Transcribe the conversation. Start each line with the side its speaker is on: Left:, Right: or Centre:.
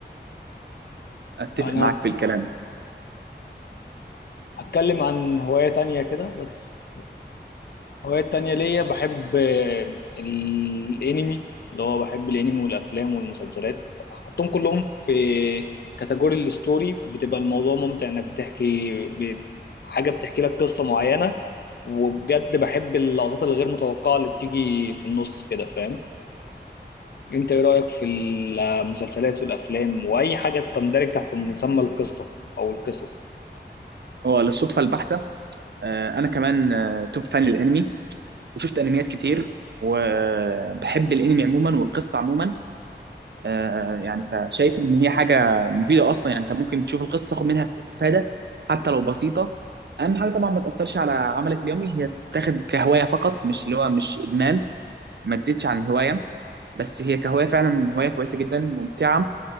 Right: اتفق
Left: أنا
Right: معاك في الكلام
Left: هتكلم عن هواية تانية كده بس هوايات تانية ليا بحب آه، الانمي اللي هو بحب الانمي والافلام والمسلسلات احطهم كلهم في كاتيجوري الستوري بتبقى الموضوع ممتع انك بتحكي ب- حاجة بتحكي لك قصة معينة وبجد بحب اللقطات الغير متوقعة اللي بتيجي في النص كده فاهم انت ايه رأيك في المسلسلات والافلام واي حاجة تندرج تحت مسمى القصة او القصص
Right: هو للصدفه البحته آه انا كمان آه توب فان للانمي وشفت انميات كتير وبحب الانمي عموما والقصه عموما آه يعني فشايف ان هي حاجه مفيده اصلا يعني انت ممكن تشوف القصه تاخد منها استفاده حتى لو بسيطه اهم حاجه طبعا ما تاثرش على عملك اليومي هي تاخد كهوايه فقط مش اللي هو مش ادمان ما تزيدش عن الهوايه بس هي كهوايه فعلا هوايه كويسه جدا ممتعه